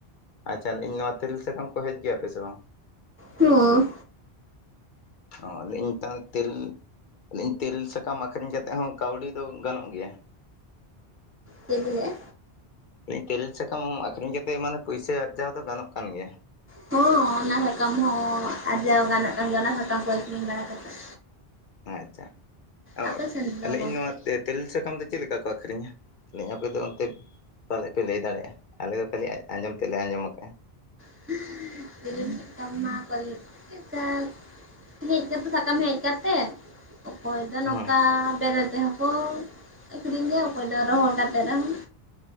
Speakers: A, on the left; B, on the right.
A: ᱟᱪᱪᱷᱟ ᱤᱧ ᱱᱚᱣᱟ ᱛᱤᱨᱤᱞ ᱥᱟᱠᱟᱢ ᱠᱚ ᱦᱮᱡ ᱜᱮᱭᱟ ᱯᱮ ᱥᱮ ᱵᱟᱝ?
B: ᱦᱳ
A: ᱚ ᱞᱟᱹᱭᱤᱜ ᱤᱧ ᱛᱟᱦᱞᱮ ᱛᱤᱨᱤᱞ ᱞᱟᱹᱭ-ᱤᱧ ᱛᱮᱨᱮᱞ ᱥᱟᱠᱟᱢ ᱟᱹᱠᱷᱨᱤᱧ ᱠᱟᱛᱮᱫ ᱦᱚᱸ ᱠᱟᱹᱣᱰᱤ ᱫᱚ ᱜᱟᱱᱚᱜ ᱜᱮᱭᱟ?
B: ᱪᱮᱫ ᱵᱮᱱ ᱞᱮᱜ-ᱟ?
A: ᱞᱮᱜ-ᱤᱧ ᱛᱮᱨᱮᱞ ᱥᱟᱠᱟᱢ ᱟᱠᱷᱨᱤᱧ ᱠᱟᱛᱮ ᱢᱟᱱᱮ ᱯᱩᱭᱥᱟᱹ ᱟᱨᱡᱟᱣ ᱫᱚ ᱜᱟᱱᱚᱜ ᱠᱟᱱ ᱜᱮᱭᱟ᱾
B: ᱦᱚᱸ ᱚᱱᱟ ᱥᱟᱠᱟᱢ ᱦᱚᱸ ᱟᱨᱡᱟᱣ ᱜᱟᱱᱚᱜ ᱠᱟᱱ ᱜᱮᱭᱟ ᱚᱱᱟ ᱥᱟᱠᱟᱢ ᱠᱚ ᱟᱹᱠᱷᱨᱤᱧ ᱵᱟᱲᱟ ᱠᱟᱛᱮᱫ᱾
A: ᱟᱪᱪᱷᱟ ᱚ
B: ᱟᱯᱮ ᱥᱮᱱ ᱫᱚ
A: ᱞᱮᱜ-ᱤᱧ
B: ᱜᱚᱝᱠᱮ
A: ᱱᱚᱣᱟ ᱛᱮᱨᱮᱞ ᱥᱟᱠᱟᱢ ᱫᱚ, ᱪᱮᱫ ᱞᱮᱠᱟ ᱠᱚ ᱟᱹᱠᱷᱨᱤᱧᱟ ᱞᱮᱧ ᱟᱯᱮ ᱫᱚ ᱚᱱᱛᱮ ᱯᱟᱞᱮᱫ ᱯᱮ ᱞᱟᱹᱭ ᱫᱟᱲᱮᱭᱟᱜᱼᱟ? ᱟᱞᱮ ᱫᱚ ᱠᱷᱟᱹᱞᱤ ᱟᱸᱡᱚᱢ ᱛᱮᱫᱞᱮ ᱟᱸᱡᱚᱢ ᱠᱟᱜᱼᱟ᱾
B: <unintelligible> ᱥᱟᱠᱟᱢ ᱢᱟ ᱠᱚ ᱪᱮᱫ ᱦᱮᱡ ᱠᱟᱛᱮ ᱮᱫ ᱥᱟᱠᱟᱢ ᱦᱮᱡ ᱠᱟᱛᱮᱜ, ᱚᱠᱚᱭ ᱫᱚ ᱱᱚᱝᱠᱟ
A: ᱦᱮᱸ
B: ᱵᱮᱨᱮᱞ ᱛᱮᱦᱚᱸ ᱠᱚ ᱟᱹᱠᱷᱨᱤᱧ ᱜᱮᱭᱟ ᱚᱠᱚᱭ ᱫᱚ ᱨᱚᱦᱚᱲ ᱠᱟᱛᱮᱫ ᱨᱮᱦᱚᱸ᱾